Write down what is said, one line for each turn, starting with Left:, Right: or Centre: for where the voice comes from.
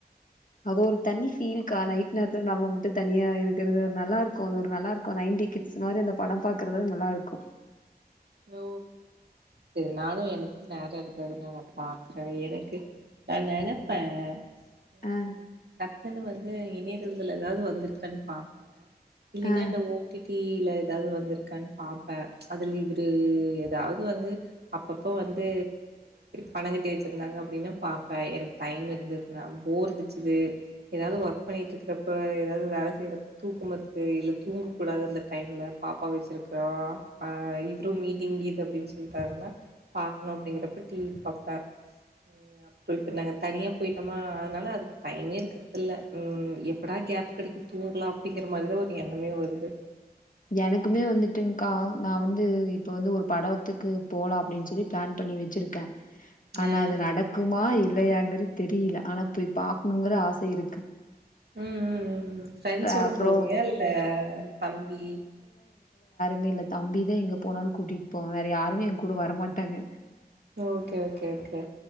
Left: அது ஒரு தனி ஃபீல்கா நைட் நேரத்துல நம்ம மட்டும் தனியா இருக்கறிறது நல்லா இருக்கும் அது ஒரு நல்லா இருக்கும் நைன்டி கிட்ஸ் மாதிரி அந்த படம் பாக்குறது நல்லா இருக்கும்
Right: ஓ சரி நானும் எனக்கு ந இருந்தது நா பாக்குறேன் எனக்கு நா நினைப்பேன் உம்
Left: ஆ
Right: டக்குன்னு வந்து வந்து இணையதளத்தில்ல ஏதாவது வந்திருக்கன்னு பாப்பேன் இல்னா
Left: ஆ
Right: இந்த ஓ டி டி ஏதாவது வந்திருக்கான பாப்பேன் தூ ஏாவது வந்து அப்பப்ப வந்து பணங்கட்டி வச்சிருந்தாங்க அப்படின்னா பாப்பேன் எனக்கு டைம் இருந்ததுன்ன போர்டிச்சது ஏதாவது ஒர்க் பண்ணிட்டு இருக்கிறப்ப ஏதாவது வேலை செய்யற தூக்க மறுது இல்ல தூங்கக்கூடாது அந்த டைம்ல பாப்பா வச்சிருக்கிறோம்ஹ் மீட்டிங் இது அப்படின்னு சொல்லிட்டாருன்னா பாார்கக்கணும் அப்படிங்கறப்ப டிவி பாார்ப்பன் அப்புறம் இப்ப நாங்க தனியா போயிட்டோம்மா அதனால அதுக்கு டைமே இருக்கறத இல் எப்படா கேப் கிடைக்க தூங்கலாம் அப்படிங்கிற மாதிரிதா ஒரு எண்ணமே வருது
Left: எனக்குமே வந்துட்டு்கா நா வந்து இப்ப வந்து ஒரு படம் த்துக்கு போலா அப்டின் சொல்லி ப்ளன் பண்ணி வச்சிருக்க
Right: அ ம்
Left: ஆனா அது நடக்குமா இ இல்லையாங்கறது தெரியல ஆனா பேய் பாக்கணுங்கற ஆச இருக்கு
Right: ம் ம் ம் ஃப்ரெண்ட்ஸோட
Left: ட்ரா ப்ரோ
Right: போவியா இல்ல தம்பி
Left: மே இல்ல தம்பி தா எங்க போனாலு கூட்டிட்டு போவா வேற யாருமே எங் கூட வரமாட்டாங்க
Right: ஓகே ஓகே ஓகே